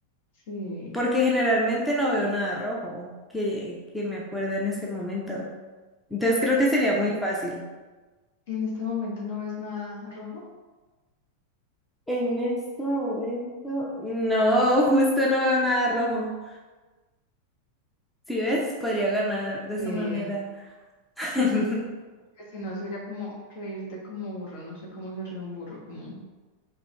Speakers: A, on the left (about 55°); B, in the centre.
A: Sí.
B: porque generalmente no veo nada rojo que, que me acuerde en este momento. Entonces creo que sería muy fácil.
A: ¿En este momento no ves nada rojo?
B: En este momento, No, justo no veo nada rojo. Si ves, podría ganar de
A: Sí.
B: esa manera. <laughs>
A: Porque si no, sería como reírte como burro. No sé cómo se ríe un burro, como...